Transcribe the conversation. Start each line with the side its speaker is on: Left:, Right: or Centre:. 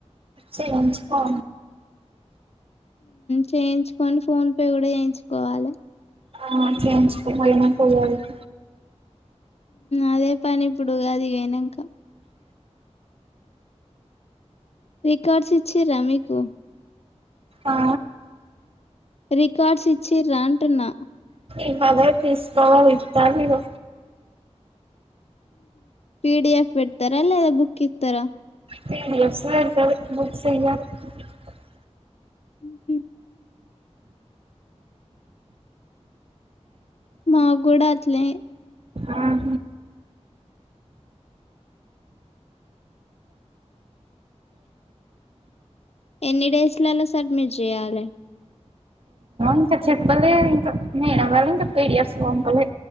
Right: సంచకో
Left: చేయించుకొని ఫోన్ పే కూడా చేయించుకోవాలి
Right: ఆ చేయించుకో మల్ల మనకి
Left: అదే పని ఇప్పుడు అది వనాక రికార్డ్స్ ఇచ్చారా మీకు
Right: ఆ
Left: రికార్డ్స్ ఇచ్చి రా అంటున్నా
Right: ఇవాళ తీసుకోవా ఇత్తారొ
Left: పి డిఎఫ్ పెడతారా లేదా బుక్ ఇతారా
Right: <inaudible>
Left: హుహు. మగుడ అట్లని
Right: ఆహ
Left: ఎన్ని డేస్ లాలో సార్మిట్ చేయాలి
Right: ఇంకా చెప్పలే ఇంకా నేనవాల ఇంకా పేడిఎఫస్ పంపలే